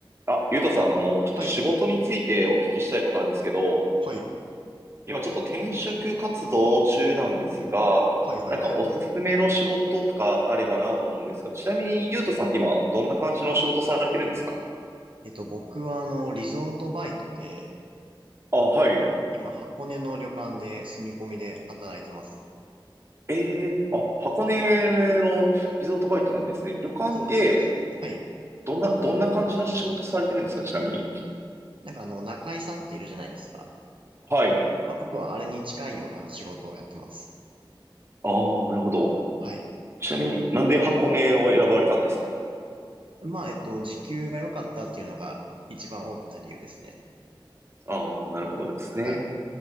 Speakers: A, on the right; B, on the right.
A: あ、ゆうとさん、あの、ちょっと仕事についてお聞きしたいことあるんですけど、
B: はい、はい、
A: 今ちょっと転職活動中なんですが、
B: はい、はい、
A: なんかおすすめの仕事とかあればなと思うんですが、
B: はい。
A: ちなみにゆうとさんって今、どんな感じの仕事されてるんですかね
B: えっと、僕はあの、リゾートバイトで、
A: あ、はい。
B: 今、箱根の旅館で住み込みで働いてます。
A: ええあ、箱根のリゾートバイトなんですね。旅館って、
B: そうです、そうです。はい。
A: どんな、どんな感じの仕事されてるんですかちなみに。
B: なんかあの、中井さんっているじゃないですか。
A: はい。
B: まあ僕はあれに近いような仕事をやってます。
A: ああ、なるほど。
B: はい。
A: ちなみになんで箱根を選ばれたんですか
B: まあ、えっと、時給が良かったっていうのが一番大きな理由ですね。
A: ああー、なるほどですね。
B: はい。